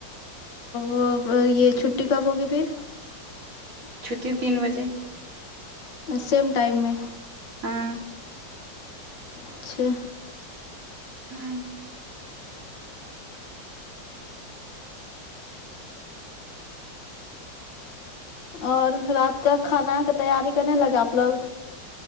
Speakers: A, on the left; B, on the right.
A: وہ یہ چھٹی کب ہوگی پھر
B: چھٹی تین بجے
A: سیم ٹائم میں
B: ہاں
A: اچھا
B: ہوں
A: اور رات کا کھانا کا تیاری کرنے لگا آپ لوگ